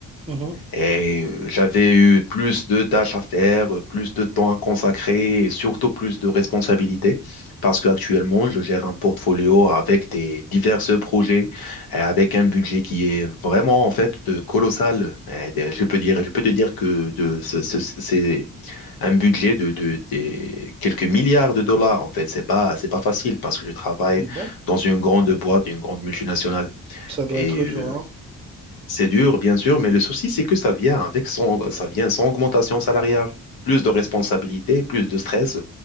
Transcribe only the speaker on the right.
Mhm.
Bon,
ça doit
être
dur, hein.